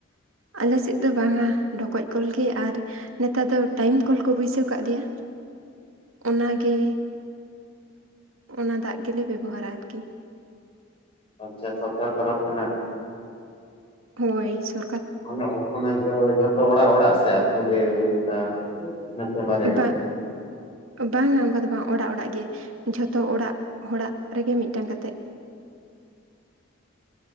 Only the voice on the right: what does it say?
ᱟᱞᱮ ᱥᱮᱫ ᱫᱚ ᱵᱟᱝᱟ ᱰᱷᱚᱠᱚᱡ ᱠᱚᱞ ᱜᱮ ᱟᱨᱼᱼ ᱱᱮᱛᱟᱨ ᱫᱚ ᱴᱟᱭᱤᱢ ᱠᱚᱞ ᱠᱚ ᱵᱟᱹᱭᱥᱟᱹᱣ ᱠᱟᱜ ᱞᱮᱭᱟ, ᱚᱱᱟᱼᱼ ᱜᱮᱻ ᱚᱱᱟ ᱫᱟᱜ ᱜᱮᱞᱮ ᱵᱮᱵᱚᱦᱟᱨᱟ ᱟᱨᱠᱤ ᱾
ᱦᱳᱭ ᱥᱚᱨᱼᱼ
ᱵᱟᱝ ᱵᱟᱝᱟ ᱚᱝᱠᱟ ᱫᱚ ᱵᱟᱝᱟ ᱚᱲᱟᱜ ᱚᱲᱟᱜ ᱜᱮ ᱡᱷᱚᱛᱚ ᱚᱲᱟᱜ ᱦᱚᱲᱟᱜ ᱨᱮᱜᱮ ᱢᱤᱫᱴᱟᱝ ᱠᱟᱛᱮᱜ ᱾